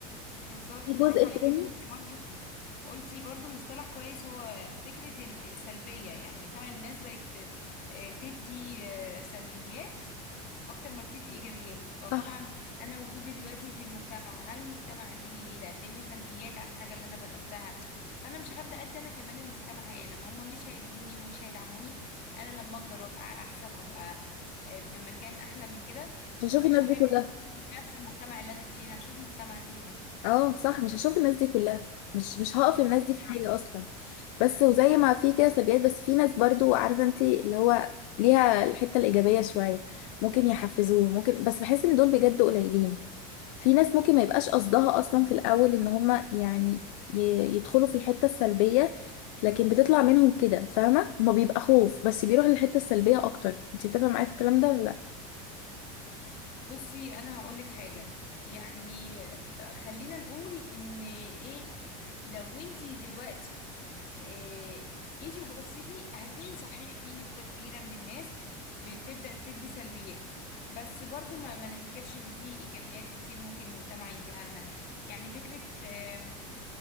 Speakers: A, on the left; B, on the left.
A: بالظبط
B: في
A: برافو
B: جزء
A: عليكي
B: تاني
A: انت قلتي برضو قلتي برضو مصطلح كويس هو فكرة ال- السلبية يعني فعلا الناس بقت آه، تدي آه، سلبيات أكتر ما بتدي إيجابيات فطبعا
B: صح
A: أنا وجودي دلوقتي في المجتمع هل المجتمع قدم لي إيه ده قدم لي سلبيات عن الحاجة اللي أنا بدأتها فأنا مش هبدأ أدي أنا كمان المجتمع حاجة لما هم مش هيدوني ومش هيدعموني أنا لما أكبر وأبقى أحسن وأبقى آه، في مكان أحلى من كده
B: مش
A: مش
B: هشوف الناس
A: هحب
B: دي كلها
A: إن أنا أكون في نفس المجتمع اللي أنا فيه أنا هشوف مجتمع غيره
B: اه صح مش هشوف الناس دي كلها مش مش هقف للناس دي في حاجة اصلا بس وزي ما في كده سلبيات بس في ناس برضو عارفة انت اللي هو ليها الحتة الإيجابية شوية ممكن يحفزوه ممكن بس بحس ان دول بجد قليلين في ناس ممكن ما يبقاش قصدها اصلا في الأول ان هما يعني ي- يدخلوا في الحتة السلبية لكن بتطلع منهم كده فاهمة ما بيبقى خوف بس بيروح للحتة السلبية اكتر انت بتفهم معايا في الكلام ده ولا لا
A: بصي انا هقول لك حاجه يعني خلينا نقول ان ايه لو انتي دلوقتي إيه جيتي وبصيتي هتلاقي صحيح في نسبه كبيره من الناس بتبدا تدي سلبيات بس برضو ما, ما ننكرش ان في ايجابيات كتير ممكن المجتمع يديها لنا يعني فكره آه،